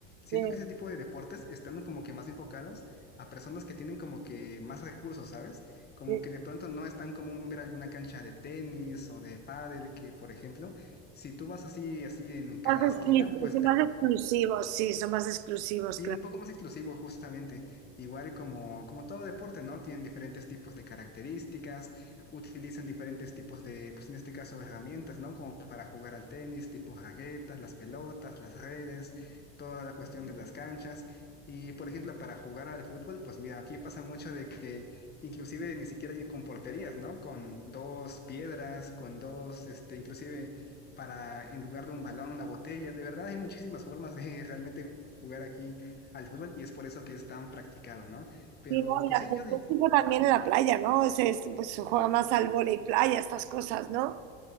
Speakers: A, on the left; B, on the right.
A: Siento
B: Sí,
A: que ese tipo de deportes están como que más enfocados a personas que tienen como que más recursos, ¿sabes? Como
B: sí.
A: que de pronto no es tan común ver alguna cancha de tenis o de pádel que, por ejemplo, si tú vas así, así en cada
B: Más exclu-
A: esquina, pues
B: son
A: te
B: más exclusivos, sí, son más exclusivos,
A: Sí,
B: claro.
A: un poco más exclusivo justamente. Igual como, como todo deporte, ¿no? Tienen diferentes tipos de características, utilizan diferentes tipos de, pues en este caso, herramientas, ¿no? Como para jugar al tenis, tipo raquetas, las pelotas, las redes, toda la cuestión de las canchas. Y, por ejemplo, para jugar al fútbol, pues mira, aquí pasa mucho de que inclusive ni siquiera hay con porterías, ¿no? Con dos piedras, con dos, este, inclusive para, en lugar de un balón, una botella. De verdad hay muchísimas formas de <laughs> realmente jugar aquí al fútbol y es por eso que es tan practicado, ¿no? Pero
B: Sí, no, y
A: pues
B: la-
A: sí,
B: el
A: yo di-
B: fútbol también en la playa, ¿no? Se, es- pues se juega más al vóley playa, estas cosas, ¿no?